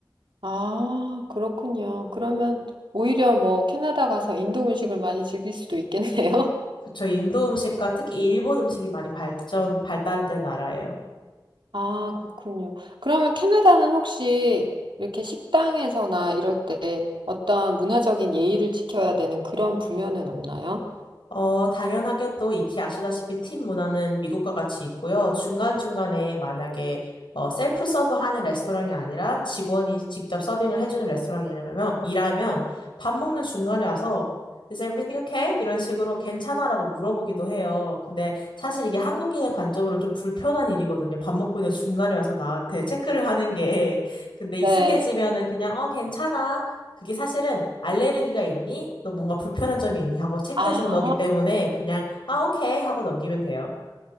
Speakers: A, on the right (about 85°); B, on the left (about 80°).
A: 아, 그렇군요. 그러면 오히려 뭐 캐나다 가서 인도 음식을 많이 즐길 수도 있겠네요.
B: 그쵸, 인도 음식과 특히 일본 음식이 많이 발전, 발달된 나라예요.
A: 아, 그렇군요. 그러면 캐나다는 혹시 이렇게 식당에서나 이럴 때 어떤 문화적인 예의를 지켜야 되는 그런 부면은 없나요?
B: 어, 당연하게 또 익히 아시다시피 팀 문화는 미국과 같이 있고요. 중간중간에 만약에 어, 셀프 서브 하는 레스토랑이 아니라 직원이 직접 서빙을 해주는 레스토랑이라면, 일하면 밥 먹는 중간에 와서 Is everything okay? 이런 식으로 괜찮아라고 물어보기도 해요. 근데 사실 이게 한국인의 관점으로는 좀 불편한 일이거든요. 밥 먹고 있는 중간에 와서 나한테 체크를 하는 게. 근데
A: 네.
B: 익숙해지면은 그냥 어, 괜찮아. 그게 사실은 알레르기가 있니? 너 뭔가 불편한 점이 있니? 하고 체크해
A: 아,
B: 주는 거기 때문에 그냥 아, 오케이 하고 넘기면 돼요.